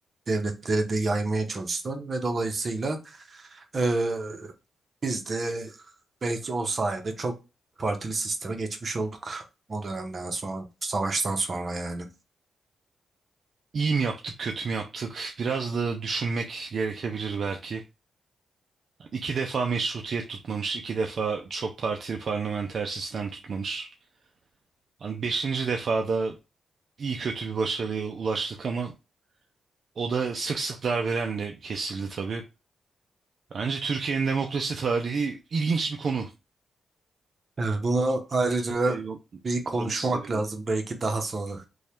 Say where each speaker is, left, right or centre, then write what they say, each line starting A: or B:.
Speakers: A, on the right; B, on the right.
A: devletlere de yaymaya çalıştılar ve dolayısıyla Ee, biz de belki o sayede çok partili sisteme geçmiş olduk. O dönemden sonra, savaştan sonra yani.
B: İyi mi yaptık, kötü mü yaptık? Biraz da düşünmek gerekebilir belki. İki defa meşrutiyet tutmamış, iki defa çok partili parlamenter sistem tutmamış. Hani beşinci defada iyi kötü bir başarıya ulaştık ama O da sık sık darbelerle kesildi tabii. Bence Türkiye'nin demokrasi tarihi ilginç bir konu.
A: Evet, bunu
B: Çok
A: ayrıca
B: kesintiye
A: bir konuşmak
B: uğraması sebebiyle.
A: lazım belki daha sonra.